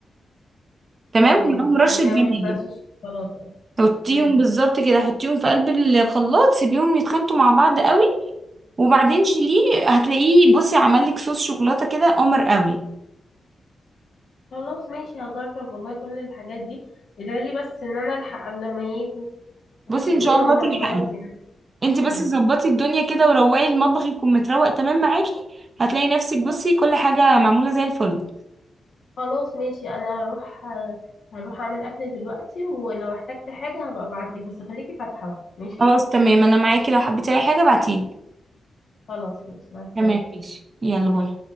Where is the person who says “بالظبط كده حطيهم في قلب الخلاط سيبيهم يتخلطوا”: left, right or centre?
Right